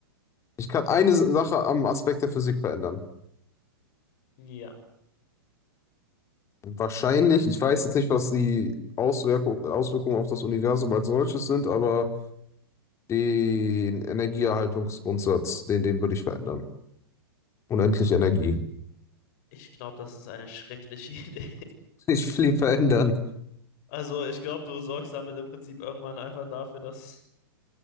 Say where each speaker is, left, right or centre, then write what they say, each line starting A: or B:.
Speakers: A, on the left; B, on the left.
A: ich kann eine Sache am Aspekt der Physik verändern.
B: Ja,
A: Wahrscheinlich, ich weiß jetzt nicht, was die Auswirkung, Auswirkungen auf das Universum als solches sind, aber den Energieerhaltungsgrundsatz, den, den würde ich verändern. Unendliche Energie.
B: ich glaube, das ist eine schreckliche <laughs> Idee.
A: <laughs> Ich will ihn verändern.
B: Also, ich glaube, du sorgst damit im Prinzip irgendwann einfach dafür, dass,